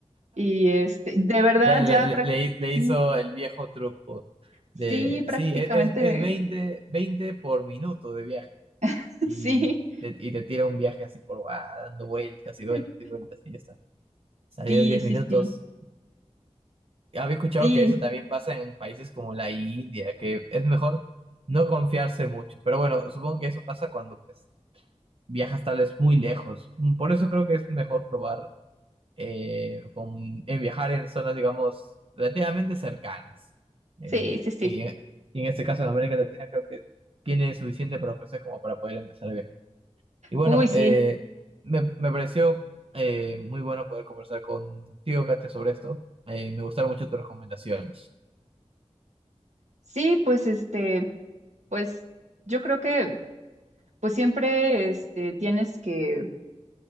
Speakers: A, on the right; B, on the right.
A: Y este, de verdad
B: Ya le,
A: ya
B: le-
A: prácticamente...
B: le- hi- le hizo el viejo truco
A: Sí,
B: de,
A: prácticamente,
B: sí, e- es, es 20 20 por minuto de viaje
A: <laughs>
B: y
A: sí,
B: te, y te tira un viaje así por, ah, dando vueltas y
A: sí,
B: vueltas y vueltas y ya está. Salieron
A: sí,
B: 10
A: sí,
B: minutos. Había escuchado
A: sí,
B: que eso también pasa en países como la India, que es mejor no confiarse mucho. Pero bueno, supongo que eso pasa cuando pues viajas tal vez muy lejos. Mm, Por eso creo que es mejor probar eh, con, en viajar en zonas, digamos, relativamente cercanas. Eh,
A: sí, sí, sí.
B: y, y en este caso en América Latina creo que tiene suficiente para ofrecer como para poder empezar a viajar. Y bueno,
A: Uy, sí,
B: eh, me, me pareció eh, muy bueno poder conversar contigo, Katia, sobre esto. Eh, me gustaron mucho tus recomendaciones.
A: sí, pues este, pues yo creo que pues siempre este, tienes que,